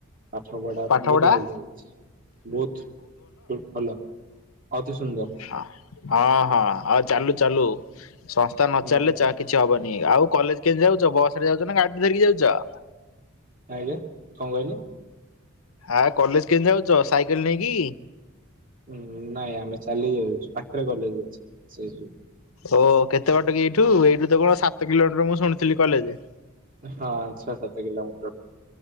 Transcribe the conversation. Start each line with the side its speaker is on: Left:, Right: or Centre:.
Right: ପାଠ ପଢ଼ା
Left: ପାଠ
Right: ବହୁତ
Left: ପଢା?
Right: ଭଲ ଚାଲିଛି। ବହୁତ ଭଲ ଅତି ସୁନ୍ଦର।
Left: ହଁ ହଁ ଆଉ ଚାଲୁ ଚାଲୁ ସଂସ୍ଥା ନ
Right: ହୁଁ
Left: ଚାଲିଲେ
Right: ହୁଁ,
Left: ଚାଲ କିଛି ହବନି ଆଉ କଲେଜ କେମିତି ଯାଉଛ ବସ ରେ ଯାଉଛ ନା ଗାଡ଼ି ଧରିକି ଯାଉଛ?
Right: ଆଜ୍ଞା କଣ କହିଲେ?
Left: ଆ କଲେଜ କେମିତି ଯାଉଛ ସାଇକେଲ ନେଇକି?
Right: ହଁ ନାଇଁ ଆମେ ଚାଲିକି ଯାଉଛୁ ପାଖରେ କଲେଜ ଅଛି ସେଥିପାଇଁ।
Left: ଓ କେତେ ବାଟ କି ଏଇଠୁ ଏଇଠୁ ତ କଣ ସାତ କିଲୋମିଟର ମୁଁ ଶୁଣିଥିଲି କଲେଜ।
Right: ହଁ ଛଅ ସାତ କିିଲୋମିଟର।